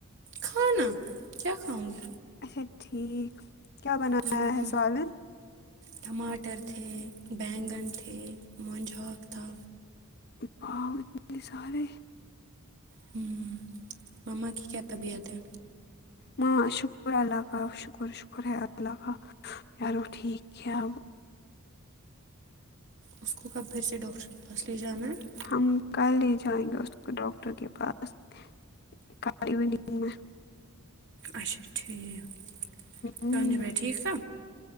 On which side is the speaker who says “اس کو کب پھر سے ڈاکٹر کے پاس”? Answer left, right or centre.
Right